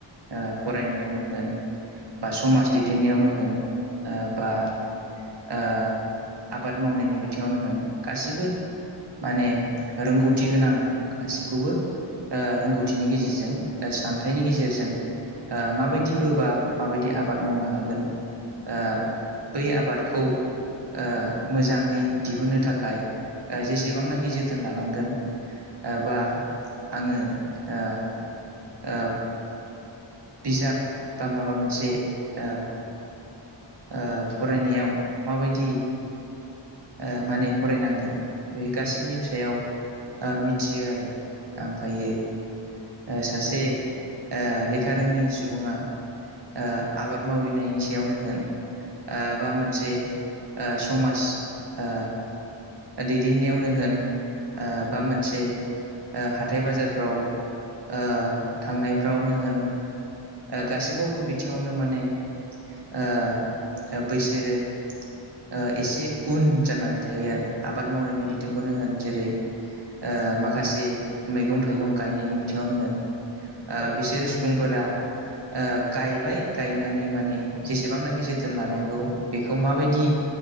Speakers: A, on the right (about 60°); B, on the left (about 85°).
A: ओ फरायनायावनो होन बा समाज दैदेननायावनो होन ओ बा ओ आबाद मावनायनि बिथिङावनो होन गासैबो माने रोंगौथि गोनां गासैखौबो ओ रोंगौथिनि गेजेरजों सानथाइनि गेजेरजों ओ माबायदि फोबा माबायदि आबाद मावनो हागोन ओ बै आबादखौ ओ मोजाङै दिहुननो थाखाय ओ जेसेबांनाखि जोथोन लानांगोन ओ बा आङो ओ ओ बिजाब बा माबा मोनसे ओ ओ फरायनायाव माबायदि ओ माने फरायनांगोन बे गासैनिबो सायाव ओ मिथियो आरो ओमफ्रायो ओ सासे ओ लेखा रोङि सुबुङा ओ आबाद मावैनायनि सायावनो होन ओ बा मोनसे ओ समाज ओ दैदेननायावनो होन ओ
B: औ
A: बा मोनसे ओ हाथाय बाजारफ्राव ओ थांनायफ्रावनो होन ओ
B: औ
A: गासैबो बिथिङावनो नो माने ओ बैसोरो ओ एसे उन जानानै थायो आरो आबाद मावनायनि
B: उम
A: बिथिंखौनो होन जेरै ओ माखासे मैगं थाइगं गायनायनि बिथिङावनो होन ओ
B: औ औ
A: बिसोरो सुबुंफोरा ओ गायबाय गायनानै माने जेसेबांनाखि जोथोन लानांगौ बेखौ माबायदि